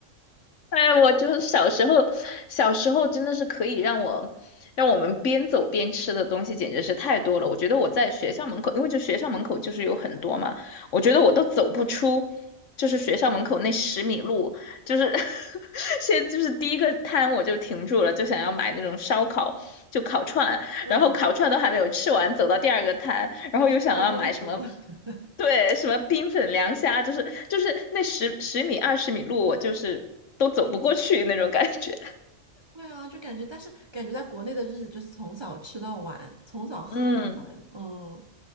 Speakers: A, on the left; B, on the right.
A: 哎呀，我就是小时候，小时候真的是可以让我让我们边走边吃的东西简直是太多了。我觉得我在学校门口，因为就学校门口就是有很多嘛，我觉得我都走不出，就是学校门口那十米路，就是 <laughs> 先就是第一个摊我就停住了，就想要买那种烧烤，就烤串，
B: 嗯，
A: 然后烤串都还没有吃完，走到第二个摊，然后又想要买什么。
B: 关东煮。<laughs>
A: 对，什么冰粉凉虾，就是就是那十十米二十米路，我就是都走不过去那种感觉。
B: 对啊，就感觉，但是感觉在国内的日子就是从早吃到晚，从早喝到晚，
A: <laughs> 嗯。
B: 嗯。